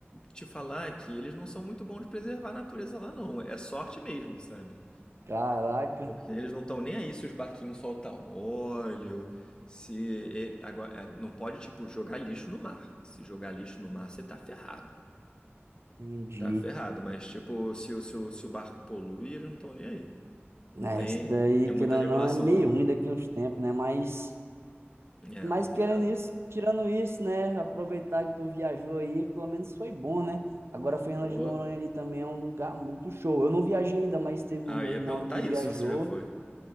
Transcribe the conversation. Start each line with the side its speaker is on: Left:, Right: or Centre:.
Left: te falar que eles não são muito bons de preservar a natureza lá, não. É sorte mesmo, sabe?
Right: Caraca,
Left: Porque eles não estão nem aí se os barquinhos soltam óleo, se ele- agora é, não pode tipo jogar lixo no mar. Se jogar lixo no mar, você tá ferrado.
Right: entendi.
Left: Tá ferrado, mas tipo, se, o- se, o- se o barco polui, eles não estão nem aí.
Right: É,
Left: Não tem,
Right: isso daí,
Left: não tem muita
Right: querendo
Left: regulação
Right: ou não, é meio
Left: não.
Right: ruim daqui a uns tempos, né? Mas,
Left: É
Right: mas
Left: complicado.
Right: querendo isso, tirando isso, né? Aproveitar que tu viajou aí, pelo menos foi bom, né? Agora, Fernando
Left: Pô.
Right: de Noronha ali também é um lugar muito show. Eu não viajei ainda, mas teve
Left: Ah,
Right: o meu
Left: eu ia
Right: irmão
Left: perguntar
Right: aqui, viajou.
Left: isso, se você já foi.